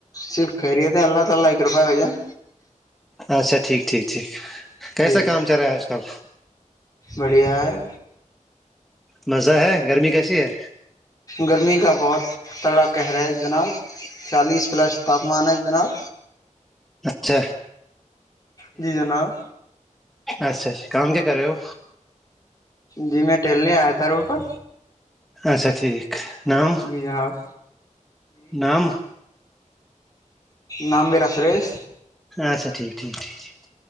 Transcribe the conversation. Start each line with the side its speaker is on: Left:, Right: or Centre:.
Left: صرف خیریت ہیں اللہ تعالی کی کرپا بھ جان
Centre: اچھا ٹھیک ٹھیک ٹھیک کیسا
Left: ٹھیک
Centre: کام چل رہا ہے آج کل
Left: بڑھیا ہے
Centre: مزہ ہے گرمی کیسی ہے
Left: گرمی کا بہت تڑا قہرا ہے جناب چالیس پلس تاپمان ہے جناب
Centre: چھ
Left: جی جناب
Centre: اچھا اچھا کام کیا کر رہے ہو
Left: جی میں ٹیلنے آیا تھا روڈ پر
Centre: اچھا ٹھیک نام
Left: جی جناب
Centre: نام
Left: نمبیرا سرس
Centre: اچھا ٹھیک ٹھیک ٹھیکھ